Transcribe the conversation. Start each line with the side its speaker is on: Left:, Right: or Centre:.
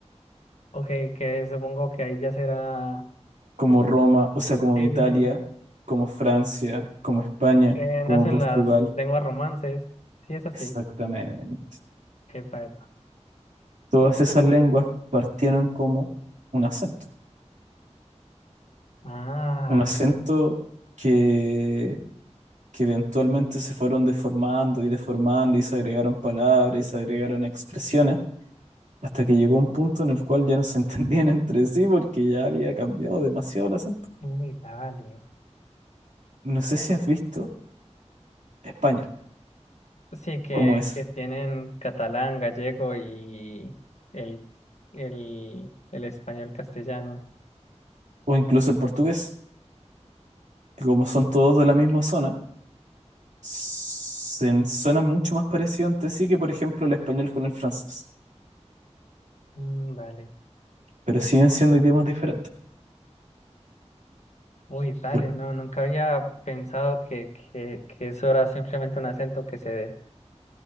Left: Ok, que supongo que ahí ya será,
Right: como Roma, o sea, como
Left: sí,
Right: Italia,
Left: sí, sí,
Right: como Francia, como España,
Left: que
Right: como
Left: nacen
Right: Portugal.
Left: las lenguas romances, sí es así,
Right: Exactamente.
Left: qué que
Right: Todas esas lenguas partieron como un acento,
Left: Ah,
Right: un acento que, que eventualmente se fueron deformando y deformando y se agregaron palabras y se agregaron expresiones, hasta que llegó un punto en el cual ya no se <laughs> entendían entre sí porque ya había cambiado demasiado el acento.
Left: uy, dale.
Right: No sé si has visto España,
Left: Sí, que,
Right: como es,
Left: que tienen catalán, gallego y el, el, el español castellano.
Right: o incluso el portugués. que como son todos de la misma zona, se suenan mucho más parecidos entre sí que, por ejemplo, el español con el francés,
Left: Mm, dale.
Right: pero siguen siendo idiomas diferentes.
Left: Uy, dale,
Right: Porque,
Left: no, nunca había pensado que, que, que eso era simplemente un acento que se dé.